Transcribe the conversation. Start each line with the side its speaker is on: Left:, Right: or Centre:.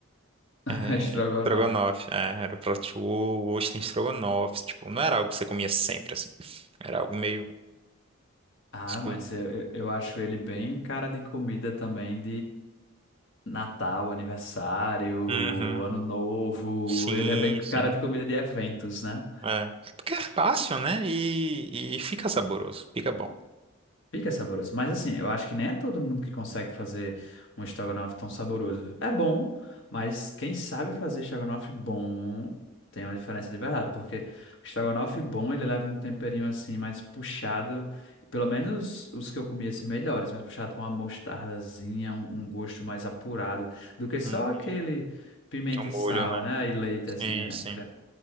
Left: <laughs>
Right: É,
Left: estrogonofe.
Right: estrogonofe, é, era o prato ou ostra estrogonofe, tipo, não era algo que você comia sempre, assim, era algo meio
Left: Ah,
Right: exclusivo.
Left: mas eu, eu, eu acho ele bem cara de comida também, Natal, aniversário,
Right: Uhum.
Left: Ano Novo.
Right: Sim,
Left: Ele é bem cara
Right: sim,
Left: de comida de eventos, né?
Right: é. Porque é fácil, né, e, e fica saboroso, fica bom.
Left: Fica saboroso. Mas assim, eu acho que nem é todo mundo que consegue fazer um estrogonofe tão saboroso. É bom, mas quem sabe fazer estrogonofe bom tem uma diferença de verdade, porque o estrogonofe bom, ele leva um temperinho assim mais puxado, pelo menos os que eu comi assim melhores, mais puxado com uma mostardazinha, um, um gosto mais apurado do que só
Right: Uhum.
Left: aquele pimenta
Right: O molho,
Left: e sal,
Right: né,
Left: né? E leite,
Right: sim,
Left: assim, é,
Right: sim,